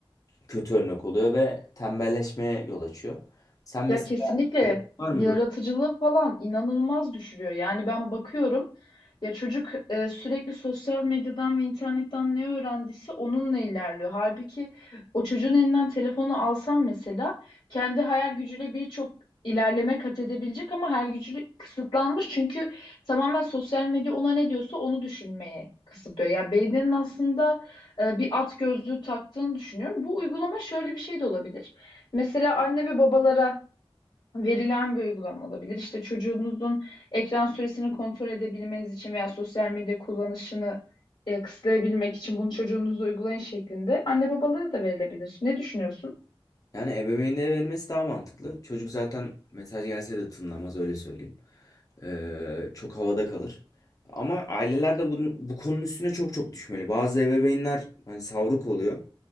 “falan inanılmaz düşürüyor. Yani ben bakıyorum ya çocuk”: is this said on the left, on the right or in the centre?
Left